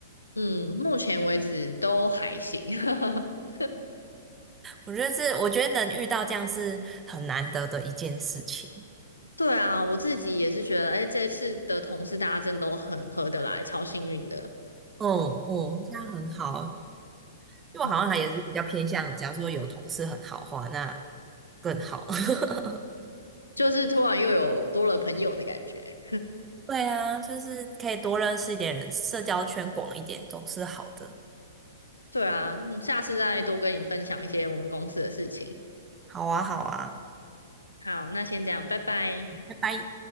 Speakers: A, on the left; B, on the right.
A: 嗯，目前为止都还行。<laughs>
B: 我觉得是，我觉得能遇到这样是很难得的一件事情。
A: 对啊，我自己也是觉得，哎，这次的同事大家真的都很合得来，超幸运的，
B: 嗯嗯，这样很好。因为我好像还也是比较偏向，
A: 嗯
B: 假如说有同事很好的话，那更好。<laughs>
A: 就是突然又有多了朋友的感觉。
B: 对啊，就是可以多认识一点人，社交圈广一点总是好的。
A: 对啊，嗯，下次再多跟你分享一些我们公司的事情。
B: 好啊，好啊，
A: 好，那先这样，拜拜。
B: 拜拜。